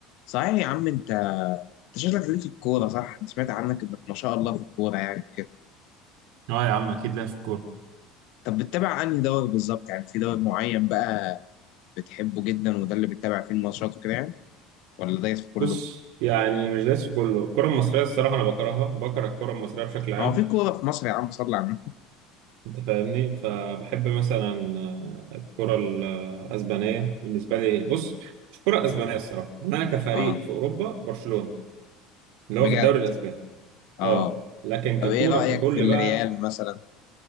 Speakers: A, on the left; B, on the right.
A: صحيح يا عم انت انت شكلك ليك في الكوره صح؟ انا سمعت عنك انك ما شاء الله في الكوره يعني كده
B: اه يا عم اكيد ليا في الكوره
A: طب بتتابع انهي دوري بالظبط يعني في دوري معين بقى بتحبه جدا وده اللي بتتابع فيه الماتشات وكده يعني ولا دايس في كله؟
B: بص يعني مش دايس في كله الكرة المصرية الصراحة أنا بكرهها بكره الكرة المصرية بشكل عام
A: اه في كوره في مصر يا عم صلي على النبي
B: أنت فاهمني فبحب مثلا آه، الكرة الأسبانية بالنسبة لي بص مش الكرة الأسبانية الصراحة إن أنا كفريق
A: اه
B: في أوروبا برشلونة اللي
A: بجد
B: هو في الدوري الأسباني
A: اه
B: أه لكن ككورة
A: طب ايه رايك
B: ككل
A: في الريال
B: بقى
A: مثلا؟